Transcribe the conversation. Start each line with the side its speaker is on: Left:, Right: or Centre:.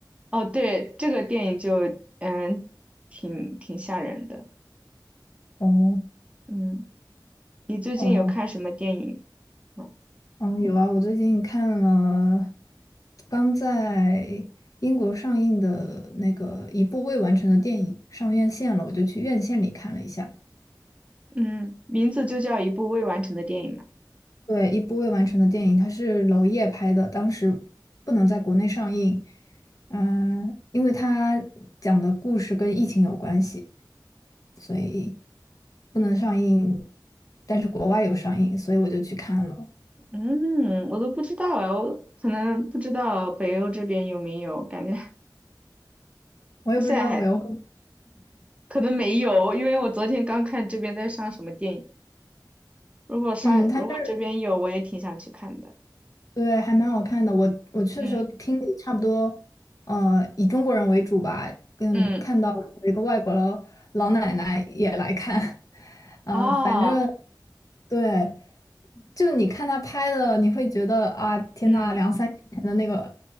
Right: 哦，对，这个电影就嗯，挺挺吓人的。
Left: 哦
Right: 嗯，你最近有看什么电影
Left: 哦，
Right: 吗？
Left: 嗯，有啊，我最近看了刚在英国上映的那个一部未完成的电影，上院线了，我就去院线里看了一下。
Right: 嗯，名字就叫一部未完成的电影嘛。
Left: 对，一部未完成的电影，它是娄烨拍的，当时不能在国内上映，嗯、因为他讲的故事跟疫情有关系，所以不能上映，但是国外有上映，所以我就去看了。
Right: 嗯，我都不知道啊，我可能不知道北欧这边有没有，感觉
Left: 我也不知道北欧会，
Right: <laughs> 现在还可能没有，因为我昨天刚看这边在上什么电影，如果上如果这边有，
Left: 嗯，它就是
Right: 我也挺想去看的。
Left: 对，还蛮好看的。我我去的时候听力差不多，
Right: 嗯
Left: 呃，以中国人为主吧，跟看到有一个外国
Right: 嗯
Left: 老奶奶也来看，<laughs> 呃，
Right: 啊
Left: 反正对。就你看他拍的，你会觉得啊，天呐，
Right: 嗯。
Left: 两三年前的那个